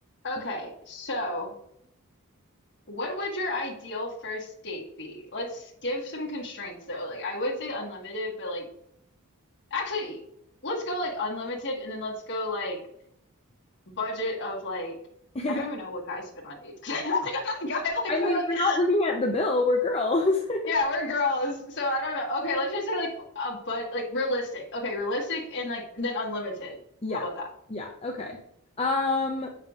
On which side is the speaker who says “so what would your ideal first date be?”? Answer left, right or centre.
Left